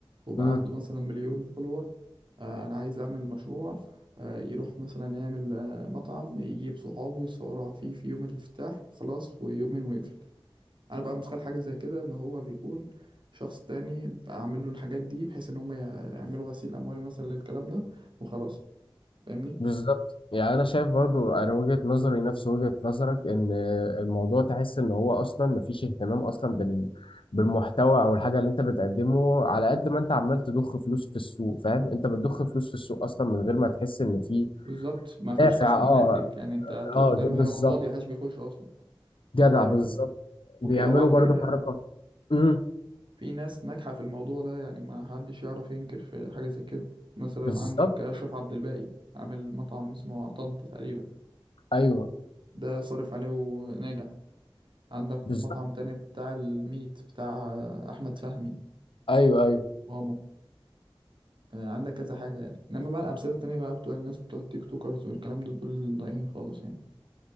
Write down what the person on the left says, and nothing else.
امم
بالظبط يعني انا شايف برضو انا وجهة نظري نفس وجهة نظرك ان الموضوع تحس ان هو اصلا مفيش اهتمام اصلا بال بالمحتوى او الحاجه اللي انت بتقدمه على قد ما انت عمال تضخ فلوس في السوق فاهم انت بتضخ فلوس في السوق اصلا من غير ما تحس ان في
دافع
اه
اه
ج-
بالظبط
جدع
بالظبط
بيعملوا
برضو
حركة امم
بالظبط
ايوه
بالظبط
ايوه ايوه